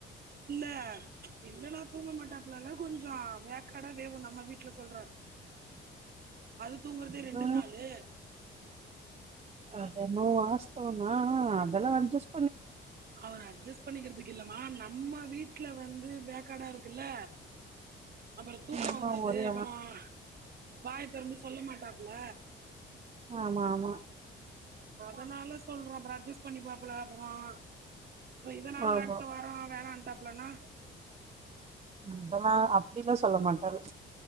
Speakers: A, on the right (about 50°); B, on the right (about 30°).
A: இல்ல இல்லன்னா தூங்க மாட்டாப்புல்லல்ல கொஞ்சோ வேக்காடா வேவும் நம்ம வீட்ல சொல்ற அது தூங்குறதுே
B: அது
A: ரெண்டு நாலு
B: அதென்னவோ வாஸ்தவம் தான் ஆனா அதல்லா அஜெஸ்
A: அவரா அஜெஸ் பண்ணிக்கிறதுக்கு இல்லமா நம்ம வீட்ல வந்து வேக்காடா இருக்குல்ல அப்புற தூக்க
B: ஆமா
A: வராது
B: ஒரே
A: அப்புறம் வாய திறந்து சொல்ல மாட்டாப்புல
B: ஆமா ஆமா
A: அதனால சொல்றே அப்புறம் அஜ்ஜெஸ் பண்ணிபாப்புல அப்புறோ இப்ப இதனால
B: ஆமா
A: அடுத்த வாரம் வேணான்ட்டாப்லனா
B: அதென்னா அப்டிலா சொல்ல மாட்டாரு